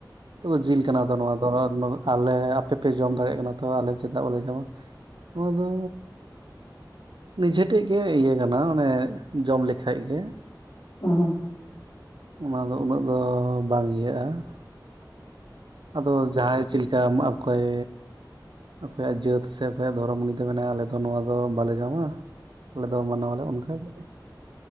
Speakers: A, on the right (about 85°); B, on the left (about 75°).
A: ᱛᱚᱵᱮ ᱡᱤᱞ ᱠᱟᱱᱟ ᱛᱚ ᱱᱚᱣᱟ ᱫᱚ ᱟᱞᱮ, ᱟᱯᱮ ᱯᱮ ᱡᱚᱢ ᱫᱟᱲᱮᱜ ᱠᱟᱱᱟ ᱛᱚ ᱟᱞᱮ ᱪᱮᱫᱟᱜ ᱵᱟᱞᱮ ᱡᱚᱢᱟ? ᱱᱚᱣᱟ ᱫᱚ ᱱᱤᱡᱮ ᱴᱷᱮᱡ ᱜᱮ ᱤᱭᱟᱹ ᱠᱟᱱᱟ, ᱢᱱᱮ ᱡᱚᱢ ᱞᱮᱠᱷᱟᱡ ᱜᱮ ᱾
B: ᱦᱩᱸ ᱦᱩᱸ ᱾
A: ᱚᱱᱟ ᱫᱚ ᱩᱱᱟᱹᱜ ᱫᱚ ᱵᱟᱝ ᱤᱭᱟᱹᱜ-ᱟ ᱾ ᱟᱫᱚ ᱡᱟᱦᱟᱸᱭ ᱪᱮᱫ ᱞᱮᱠᱟ ᱮᱢᱟᱜ ᱠᱚᱭ? ᱚᱠᱚᱭᱟᱜ ᱡᱟᱹᱛ ᱥᱮ ᱚᱠᱚᱭᱟᱜ ᱫᱷᱚᱨᱚᱢ ᱩᱱᱤ ᱫᱚᱭ ᱢᱮᱱᱟ ᱟᱞᱮ ᱫᱚ ᱱᱚᱣᱟ ᱫᱚ ᱵᱟᱞᱮ ᱡᱚᱢᱟ᱾ ᱟᱞᱮ ᱫᱚ ᱢᱟᱱᱟᱣᱟᱞᱮ ᱚᱱᱠᱟᱜᱮ,